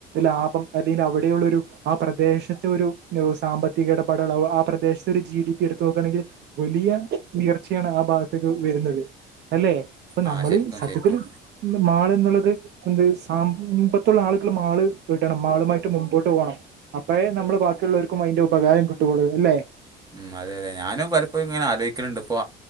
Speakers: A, on the right (about 55°); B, on the right (about 20°).
A: ലാഭം അല്ലെങ്കിൽ അവിടെയുള്ള ഒരു ആ പ്രദേശത്തെ ഒരു സാമ്പത്തിക ഇടപാടുള്ള ആ പ്രദേശത്ത് ഒരു ജി ഡി പി എടുത്ത് നോക്കാണെങ്കിൽ വലിയ ഉയർച്ചയാണ് ആ ഭാഗത്തേക്ക് വരുന്നത് അല്ലെ? അപ്പൊ നമ്മള്
B: ആ ശരിക്കും
A: സത്യത്തില്
B: ശരിക്കും
A: മാള് എന്നുള്ളത് എന്ത് ആ മുമ്പത്തുള്ള ആളുകൾ മാള് വിടണം മാളുമായിട്ട് മുമ്പോട്ട് പോണം അപ്പഴേ നമ്മള് ബാക്കിയുള്ളവർക്കും അയിന്റെ ഉപകാരം കിട്ടൊള്ളൂ അല്ലെ?
B: ഉം അതെ അതെ ഞാനും പലപ്പോഴും ഇങ്ങനെ ആലോചിക്കലണ്ട് ഇപ്പോ